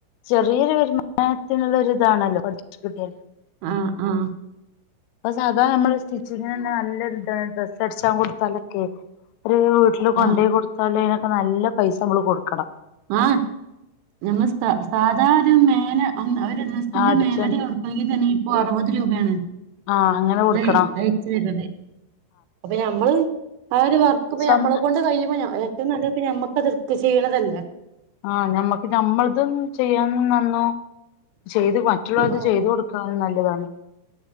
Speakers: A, on the left; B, on the right.
A: ചെറിയൊരു വരുമാനത്തിനുള്ള ഇതാണല്ലോ പഠിച്ച് കി <unintelligible>
B: ആഹ് ആഹ്
A: അ സാധാ മ്മള് സ്റ്റിച്ചിങ്ങിന് തന്നെ നല്ലൊരു ഇതാണ് ഡ്രസ്സ് അടിച്ചാങ്ങ് കൊടുത്താലൊക്കെ ഒരു വീട്ടില് കൊണ്ടോയി
B: ആഹ്
A: കൊടുത്താല് അപ്പ നല്ല പൈസ മ്മള് കൊടുക്കണം
B: ആഹ് നമ്മ സ്ഥ സാധാ ഒരു മേലെ ഒന്ന് ആ ഒരു ഡ്രസ്സിന്റെ
A: അടിച്ച
B: മേലടി കൊടുക്കണെ തന്നെ ഇപ്പോ അറുപത് രൂപയാണ്
A: ആഹ് അങ്ങനെ കൊടുക്കണം
B: <unintelligible> അപ്പൊ ഞമ്മള് ആ ഒരു വർക്ക്
A: സ്വന്തം
B: ഞമ്മളെ കൊണ്ട് കഴിയുമ്പോ അ ഏറ്റവും നല്ലത്പ്പ ഞമ്മക്കത്ട്ത് ചെയ്യണതല്ലേ
A: ആഹ് ഞമ്മക്ക് നമ്മളതും ചെയ്യാൻ നന്നു ചെയ്ത് മറ്റുള്ളവർക്ക്‌
B: ആഹ്
A: ചെയ്ത് കൊടുക്ക നല്ലതാണ്